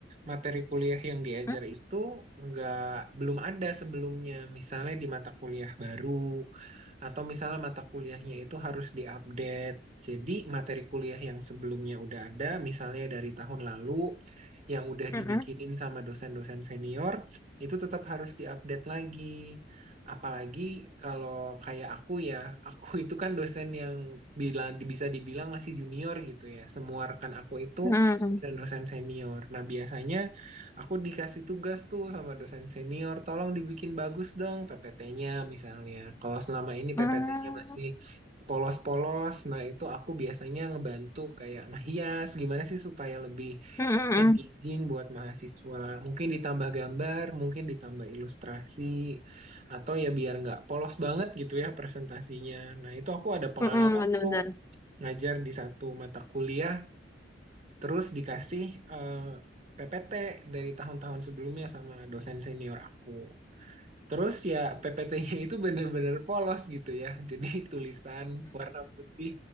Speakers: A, on the right; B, on the left.
A: materi kuliah yang diajar
B: Hmm,
A: itu nggak belum ada sebelumnya. Misalnya di mata kuliah baru. Atau misalnya mata kuliahnya itu harus diupdate. Jadi materi kuliah yang sebelumnya udah ada, misalnya dari tahun lalu, yang udah
B: mm-mm,
A: dibikinin sama dosen-dosen senior, itu tetap harus diupdate lagi. Apalagi kalau kayak aku ya, aku itu kan dosen yang bilang bisa dibilang masih junior gitu ya. Semua rekan aku itu
B: mm-mm,
A: dosen-dosen senior. Nah, biasanya Aku dikasih tugas tuh sama dosen senior, tolong dibikin bagus dong PPT-nya misalnya. Kalau selama ini
B: mm,
A: PPT-nya masih polos-polos, nah itu aku biasanya ngebantu kayak ngehias gimana sih supaya lebih
B: mm-mm,
A: engaging buat mahasiswa. Mungkin ditambah gambar, mungkin ditambah ilustrasi, atau ya biar nggak polos banget gitu ya presentasinya. Nah itu aku ada pengalaman
B: mm-mm, bener-bener.
A: tuh ngajar di satu mata kuliah Terus dikasih eh, PPT dari tahun-tahun sebelumnya sama dosen senior aku. Terus ya PPT-nya itu bener-bener polos gitu ya. Jadi <laughs> tulisan warna putih,